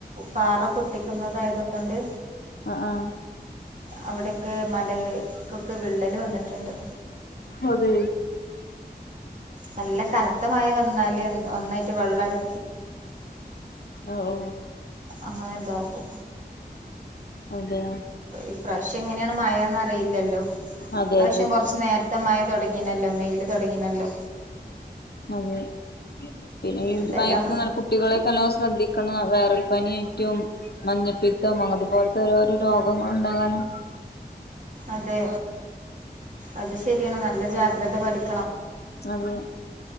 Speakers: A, on the right; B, on the left.
A: പാറ പൊട്ടിക്കുന്നതായതുകൊണ്ട്
B: ആഹ് ആഹ്
A: അവിടക്കെ മലകൾക്കൊക്കെ വിള്ളല് വന്നിട്ടുണ്ട്
B: അതെ
A: നല്ല കനത്തമഴ വന്ന് <unintelligible> ല്ന്നായിട്ട് വെള്ളം എടു
B: ഓ ഓ
A: അങ്ങനുണ്ടാകുമ്പോ.
B: അതെ
A: ഇപ്രാവശ്യം എങ്ങനെയാണ് മഴന്ന് അറിയില്ലല്ലോ
B: അതെ
A: ഈ പ്രാവശൃം
B: അതെ
A: കൊറച്ചു നേരത്തെ മഴ തുടങ്ങി ഇങ്ങനല്ലോ മെയിൽ തുടങ്ങിയണല്ലോ
B: അതെ പിന്നെ ഈ
A: എന്തായാലും
B: മയക്ക് കുട്ടികളെക്കെല്ലാം ശ്രദ്ധിക്കണം വൈറൽ പനിയറ്റും മഞ്ഞപ്പിത്തം അതുപോലത്തെ ഓരോരോ രോഗങ്ങളു ണ്ടാകാനും
A: അതെ അത് ശരിയാണ് നല്ല ജാഗ്രത പാലിക്ക്
B: അതെ